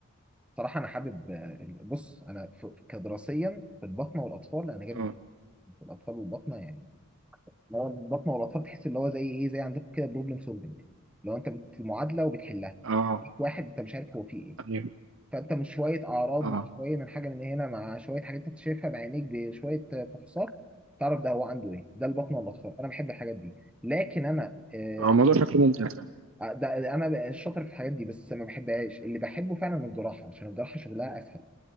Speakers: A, in the centre; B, on the right (about 65°).
A: انا حابب آه، بص انا ف- كدراسيا في الباطنه والاطفال انا جامد
B: اه
A: في الاطفال والباطنه يعني اللي هو البطنه والاطفال تحس اللي هو زي ايه زي عندكم كده بروبلم سولفنج لو انت بت- معادله وبتحلها
B: اه
A: واحد انت مش عارف هو فيه ايه
B: ايوه
A: فانت مش شويه اعراض
B: اه
A: مع شويه من حاجه من هنا مع شويه حاجات انت شايفها بعينيك بشويه آه، فحوصات تعرف ده هو عنده ايه ده البطنه والاطفال انا بحب الحاجات دي لكن انا آه
B: اه الموضوع شكله ممتع فعلا
A: آه، ده انا بقى شاطر في الحاجات دي بس ما بحبهاش اللي بحبه فعلا الجراحه عشان الجراحه شغلها اسهل